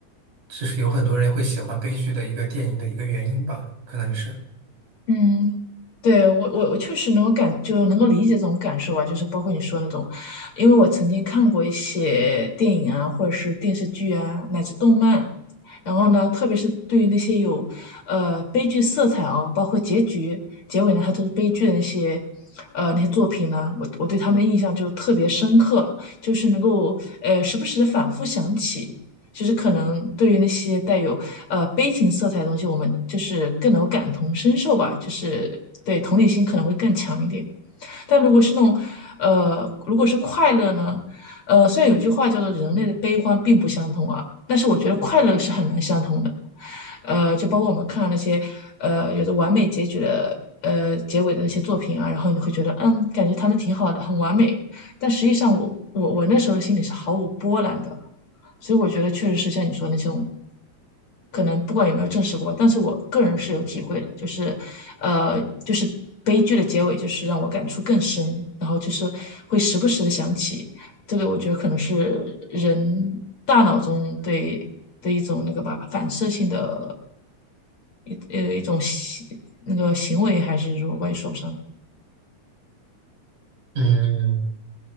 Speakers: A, on the right; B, on the left.
A: 就是有很多人会喜欢悲剧的一个电影的一个原因吧，可能是。
B: 嗯，对，我我我确实能够感，就是能够理解这种感受啊，就是包括你说那种，因为我曾经看过一些电影啊，或者是电视剧啊，乃至动漫，然后呢，特别是对于那些有呃悲剧色彩哦，包括结局、结尾呢，它都是悲剧的那些呃那些作品呢，我我对他们的印象就特别深刻，就是能够呃时不时的反复想起。其实可能对于那些带有呃悲情色彩的东西，我们就是更能够感同身受吧，就是对同理心可能会更强一点。但如果是那种，呃，如果是快乐呢，呃，虽然有句话叫做人类的悲欢并不相同啊，但是我觉得快乐是很难相同的。呃，就包括我们看到那些呃有着完美结局的呃结尾的那些作品啊，然后你会觉得嗯，感觉他们挺好的，很完美，但实际上我我我那时候的心里是毫无波澜的。所以我觉得确实是像你说的那种，可能不管有没有证实过，但是我个人是有体会的，就是，呃，就是悲剧的结尾，就是让我感触更深，然后就是会时不时的想起这个，我觉得可能是人大脑中对的一种那个吧，反射性的一呃一种行那个行为，还是说我也说不上，
A: 嗯。